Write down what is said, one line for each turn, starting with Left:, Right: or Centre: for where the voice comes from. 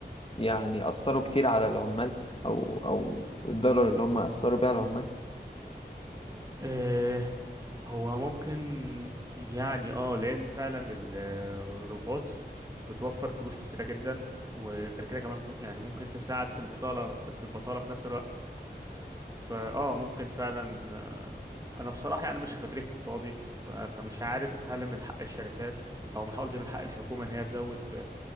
Left: يعني اثروا كتير على العمال او او الضرر اللي هم اثروا بيه على العمال
Right: آه، هو ممكن يعني اه لأن فعلا ال- الروبوت بتوفر فلوس كتيرة جدا وغير كده كمان ب- يعني ممكن تساعد في البطالة في البطالة في نفس الوقت فاه ممكن فعلا آه، أنا بصراحة يعني مش خبير اقتصادي ف- فمش عارف هل من حق الشركات أو من حق- قصدي من حق الحكومة إن هي تزود